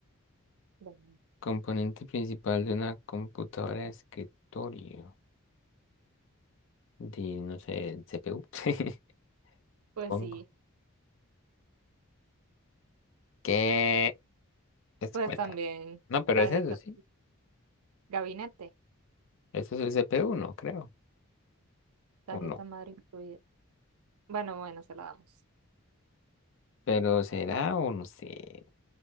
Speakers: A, on the right; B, on the left.
A: Bueno.
B: Componente principal de una computadora de escritorio. De, no sé, el CPU. <laughs>
A: Pues
B: Pongo.
A: sí,
B: ¿Qué? Esto
A: pues
B: cuenta.
A: también
B: No, pero
A: tarjeta,
B: es eso, sí.
A: gabinete,
B: Esto es el CPU1, creo.
A: tarjeta
B: O no.
A: madre incluida. Bueno, bueno, se la damos.
B: Pero será o no sé.